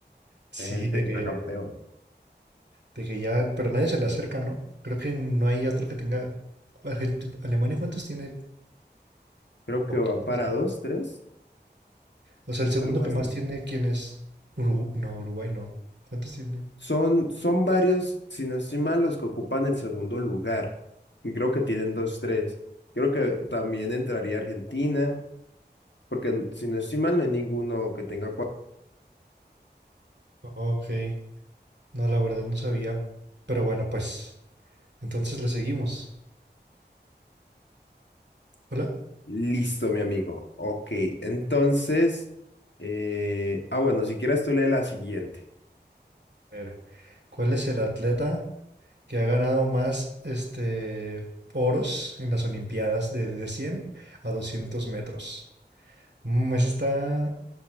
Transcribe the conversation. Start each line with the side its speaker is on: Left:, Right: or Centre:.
Right: Sí,
Left: Es el pentacampeón.
Right: de que, de que ya, pero nadie se le acerca, ¿no? Creo que no hay otro que tenga. Argent- Alemania, ¿cuántos tiene?
Left: Creo
Right: Poquitos,
Left: que va para
Right: ¿no?
Left: dos, tres.
Right: O sea, el segundo
Left: Algo
Right: que
Left: así.
Right: más tiene, ¿quién es? Urugu- no, Uruguay no. ¿Cuántos tiene?
Left: Son, son varios, si no estoy mal, los que ocupan el segundo lugar. Y creo que tienen dos, tres. Creo que también entraría Argentina, porque n- si no estoy mal, no hay ninguno que tenga cuatro.
Right: Ok, no, la verdad no sabía. Pero bueno, pues, entonces le seguimos. Hola.
Left: Listo, mi amigo. Ok, entonces. eh, Ah, bueno, si quieres tú lee la siguiente.
Right: A ver, ¿cuál es el atleta que ha ganado más, este, oros en las Olimpiadas de, de cien a doscientos metros? Mm, esa está,